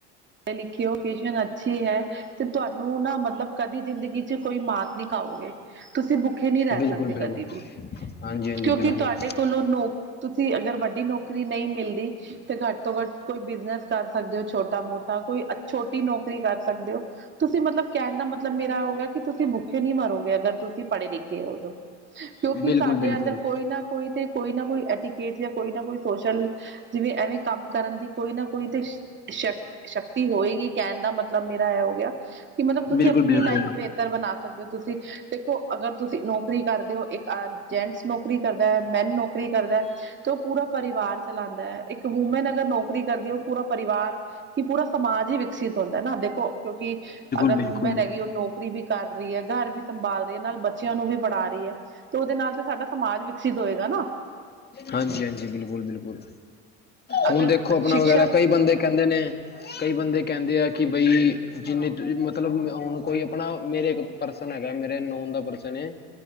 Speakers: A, on the right; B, on the left.
A: ਲਿਖੇ ਓ, ਔਕੇਸ਼ਨ ਅ ਅੱਛੀ ਹੈ, ਤੇ ਤੂਆਨੂੰ ਨਾ ਮਤਲਬ ਕਦੀ ਜ਼ਿੰਦਗੀ ਚ ਕੋਈ ਮਾਤ ਨੀ ਖਾਓਗੇ, ਤੂਸੀ ਬੁੱਕ ਖੇ ਨੀ ਰੈ
B: ਬਿਲਕੁਲ
A: ਸਕਦੇ
B: ਬਿਲਕੁਲ
A: ਕਦੀ ਵੀ।
B: ਹਾਂਜੀ ਹਾਂਜੀ
A: ਕਿਉਂਕਿ
B: ਬਿਲਕੁਲ
A: ਤੁਆਡੇ ਕੋਲੋਂ ਨੌਕ, ਤੂਸੀ ਅਗਰ ਵੱਡੀ ਨੌਕਰੀ ਨਹੀ ਮਿਲਦੀ ਤੇ ਘਾੱਟ ਤੋ ਘਾੱਟ ਕੋਈ ਬਿਜ਼ਨਸ ਕਾਰ ਸਕਦੇ ਓ ਛੋਟਾ ਮੋਟਾ, ਕੋਈ ਅ ਛੋਟੀ ਨੌਕਰੀ ਕਾਰ ਸਕਦੇ ਓ। ਤੂਸੀ ਮਤਲਬ ਕੈਣ ਦਾ ਮਤਲਬ ਮੇਰਾ ਹੋ ਗੇਆ ਕਿ ਤੂਸੀ ਭੁੱਖੇ ਨੀ ਮਰੋਗੇ ਅਗਰ ਤੂਸੀ ਪੜੇ ਲਿਖੇ ਓ ਤੋ। ਕਿਉਂਕਿ,
B: ਬਿਲਕੁਲ
A: ਸਾਡੇ
B: ਬਿਲਕੁਲ
A: ਐਦਰ ਕੋਈ ਨਾ ਕੋਈ ਤੇ, ਕੋਈ ਨਾ ਕੋਈ ਐਟੀਕੇਟ ਯਾ ਕੋਈ ਨਾ ਕੋਈ ਸੋਸ਼ਲ ਜਿਵੇਂ ਐਵੇਂ ਕਾੰਮ ਕਰਨ ਦੀ ਕੋਈ ਨਾ ਕੋਈ ਤੇ ਸ਼ ਸ਼ਕ ਸ਼ਕਤੀ ਹੋਏਗੀ, ਕੈਨ ਦਾ ਮਤਲਬ ਮੇਰਾ ਐ ਹੋ ਗੇਆ ਕਿ ਮਤਲਬ ਤੂਸੀ
B: ਬਿਲਕੁਲ
A: ਅਪਨੀ
B: ਬਿਲਕੁਲ ਬਿਲਕੁਲ
A: ਲਾਈਫ ਬੇ ਤਰ ਬਨਾ ਸਕਦੇ ਔ ਤੂਸੀ, ਦੇਖੋ ਅਗਰ ਤੂਸੀ ਨੌਕਰੀ ਕਾਰਦੇ ਓ ਇੱਕ ਐਨ ਜੈਂਟਸ ਨੌਕਰੀ ਕਰਦੈ, ਮੈਨੱ ਨੌਕਰੀ ਕਰਦੈ ਤੇ ਓ ਪੂਰਾ ਪਰਿਵਾਰ ਚਲਾੰਦੈ, ਇੱਕ ਵੂਮੈਨ ਅਗਰ ਨੌਕਰੀ ਕਰਦੀ ਏ ਓ ਪੂਰਾ ਪਰਿਵਾਰ ਕੀ ਪੂਰਾ ਸਮਾਜ ਈ ਵਿਕਸਿਤ ਹੋਂਦੈ ਨਾ, ਦੇਖੋ ਕਿਉਂਕਿ ਅਗਰ
B: ਬਿਲਕੁਲ
A: ਵੂਮੈਨ ਹੈਗੀ ਏ, ਔ ਨੌਕਰੀ ਵੀ ਕਰ ਰੀ ਐ, ਘਾਰ ਵੀ ਸੰਭਾਲ ਰੀ ਐ, ਨਾਲ ਬੱਚੇਆਂ ਨੂੰ ਵੀ ਪੜਾ ਰੀ ਐ ਤੇ ਔਦੇ ਨਾਲ ਤੇ ਸਾਡਾ ਸਮਾਜ ਵਿਕਸਿਤ ਹੋਏਗਾ ਨਾ।
B: ਹਾਂਜੀ, ਹਾਂਜੀ ਬਿਲਕੁਲ, ਬਿਲਕੁਲ। ਹੁਨ
A: ਅਗਰ
B: ਦੇਖੋ ਅਪਣਾ
A: ਸ਼ਿਕਸ਼ਾ
B: ਵਗੈਰਾ, ਕਈ ਬੰਦੇ ਕੈੰਦੇ ਨੇ ਕਈ ਬੰਦੇ ਕੈਹੰਦੇ ਐ, ਕਿ ਬਈ ਜਿੰਨੇ ਤੂ ਮਤਲਬ ਹੁਣ ਕੋਈ ਅਪਣਾ ਮੇਰੇ ਪਰਸਨ ਹੈਗਾ, ਮੇਰੇ ਨੋਨ ਦਾ ਪਰਸਨ ਏ